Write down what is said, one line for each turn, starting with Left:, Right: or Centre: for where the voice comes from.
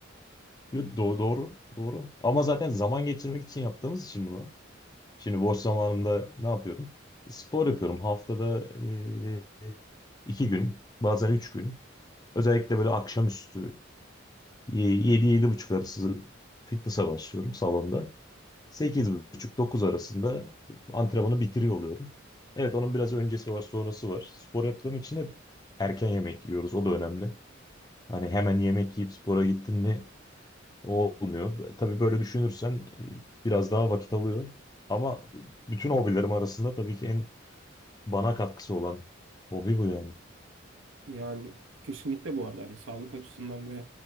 Left: Yo, do- doğru, doğru. Ama zaten zaman geçirmek için yaptığımız için bunu. Şimdi boş zamanımda ne yapıyorum? Spor yapıyorum. Haftada e, iki gün, bazen üç gün. Özellikle böyle akşamüstü 7-7.30 arası fitness'a başlıyorum salonda. 8.30-9 arasında antrenmanı bitiriyor oluyorum. Evet onun biraz öncesi var, sonrası var. Spor yaptığım için de erken yemek yiyoruz. O da önemli. Hani hemen yemek yiyip spora gittin mi Olmuyor. Tabii böyle düşünürsen e, biraz daha vakit alıyor. Ama bütün hobilerim arasında tabii ki en bana katkısı olan hobi bu yani.
Right: Yani kesinlikle bu arada hani sağlık açısından ve